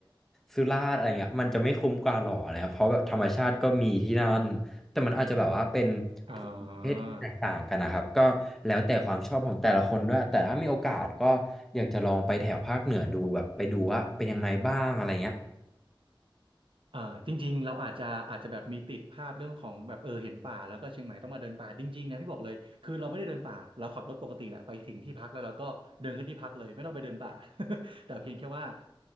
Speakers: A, in the centre; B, on the right (about 70°).
A: สุราษฎร์อะไรเงี้ยมันจะไม่คุ้มกว่าหรอนะครับเพราะแบบธรรมชาติก็มีที่นั่นแต่มันอาจจะแบบว่าเป็นประเภทที่แตกต่างกันนะครับก็แล้วแต่ความชอบของแต่ละคนด้วยแต่ถ้ามีโอกาสก็
B: อ่า
A: อยากจะลองไปแถวภาคเหนือดูแบบไปดูว่าเป็นยังไงบ้างอะไรเงี้ย
B: อ่าจริงๆ เราอาจจะอาจจะแบบมีติดภาพเรื่องของแบบเออเห็นป่าแล้วก็เชียงใหม่ต้องมาเดินป่าจริงๆนะพี่บอกเลยคือเราไม่ได้เดินป่าเราขับรถปกติแหละไปถึงที่พักแล้วเราก็เดินขึ้นที่พักเลยไม่ต้องไปเดินป่า <laughs> แต่เพียงแค่ว่า